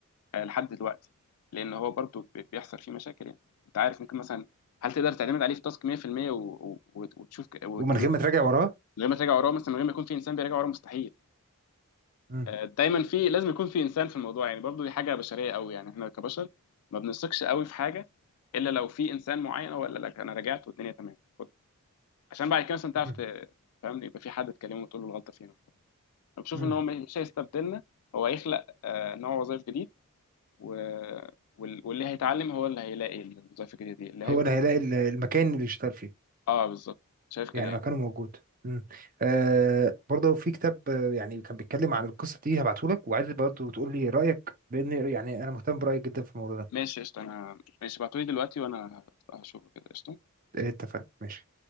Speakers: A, on the left; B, on the right.
A: آه، لحد دلوقتي لان هو برضو بي- بيحصل فيه مشاكل يعني انت عارف ممكن مثلا هل تقدر تعتمد عليه في تاسك 100% و- و- وت- وتشوف ك- وتكمل
B: ومن غير ما تراجع وراه
A: من غير ما تراجع وراه مثلا من غير ما يكون في انسان بيراجع وراه مستحيل
B: مم.
A: آه، دايما في لازم يكون في انسان في الموضوع يعني برضو دي حاجه بشريه قوي يعني احنا كبشر ما بنثقش قوي في حاجه الا لو في انسان معين هو قال لك انا رجعت والدنيا تمام خد. عشان بعد كده مثلا تعرف
B: مم.
A: ت- فاهمني يبقى في حد تكلمه وتقول له الغلطه فين انا بشوف
B: مم.
A: ان هو مش هيستبدلنا هو هيخلق آه، نوع وظائف جديد و... وال- واللي هيتعلم هو اللي هيلاقي الوظائف الجديدة دي اللي
B: هو
A: هيفضل
B: اللي هيلاقي ال- المكان اللي يشتغل فيه
A: اه بالظبط شايف كده
B: يعني
A: يعني
B: مكانه موجود مم. آه برضه في كتاب آه، يعني كان بيتكلم عن القصه دي هبعته لك وعايز برضه تقول لي رايك لان يعني انا مهتم برايك جدا في الموضوع ده
A: ماشي قشطة انا ماشي ابعتولي دلوقتي وانا هشوفه كده قشطة
B: اتفقنا ماشي